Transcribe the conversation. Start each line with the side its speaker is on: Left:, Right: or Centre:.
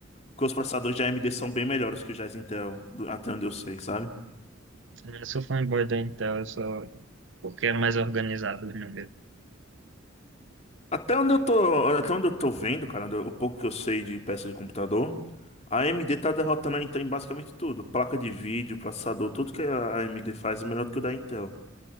Left: Porque os processadores de AMD são bem melhores que os da Intel, do- até onde eu sei, sabe?
Right: Eu sou fanboy da Intel, eu sou... porque é mais organizado o número.
Left: Até onde eu tô, até onde eu tô vendo, cara, onde eu- o pouco que eu sei de peça de computador, a AMD tá derrotando a Intel em basicamente tudo. Placa de vídeo, processador, tudo que a AMD faz é melhor do que o da Intel.